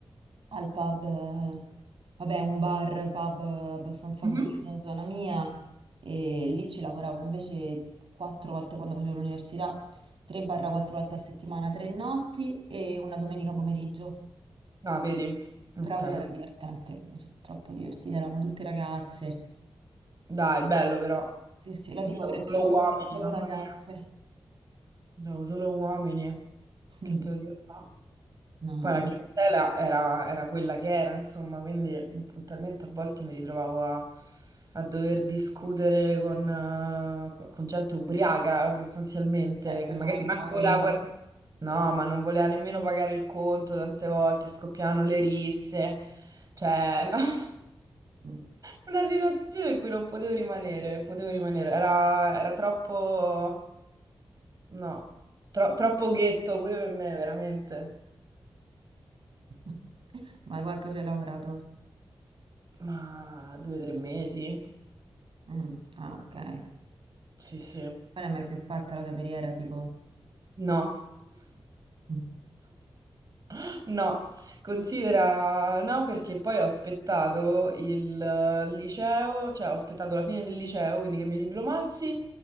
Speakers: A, on the right; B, on the right.
A: al pub, eh, vabbè, un bar, pub eh, abbastanza
B: Mhm.
A: conosciuto in zona mia e lì ci lavoravo invece quattro volte quando facevo l'università, 3-4 volte a settimana, tre notti e una domenica pomeriggio.
B: Ah, vedi?
A: Però
B: Ok.
A: quella era divertente, mi sono troppo divertita, eravamo tutte ragazze.
B: Dai, bello però.
A: Sì, sì, la
B: Io
A: tipa
B: c'avevo
A: prendeva
B: solo
A: solo,
B: uomini,
A: solo
B: mamma
A: ragazze.
B: mia. C'avevo solo uomini.
A: Mm,
B: Che te lo dico? no?
A: No,
B: Poi
A: no,
B: la clientela era, era quella che era, insomma, quindi mhmm, puntualmente a volte mi ritrovavo a, a dover discutere con, eh, con gente ubriaca sostanzialmente,
A: eh, quello
B: che magari
A: quanto
B: manco
A: lavori...
B: voleva pag- No, ma non voleva nemmeno pagare il conto, tante volte scoppiavano le risse, cioè no, <laughs>
A: Mm.
B: una situazione in cui non potevo rimanere, potevo rimanere, era, era troppo, no, tro- troppo ghetto pure per me, veramente.
A: <laughs> Ma quanto ci hai lavorato?
B: Ma due o tre mesi?
A: Mm, Ah, ok. Poi
B: Sì, sì.
A: non è mai più fatta la cameriera, tipo...
B: No,
A: Mm,
B: <gasps> no, considera no perché poi ho aspettato il eh, liceo, cioè ho aspettato la fine del liceo, quindi che mi diplomassi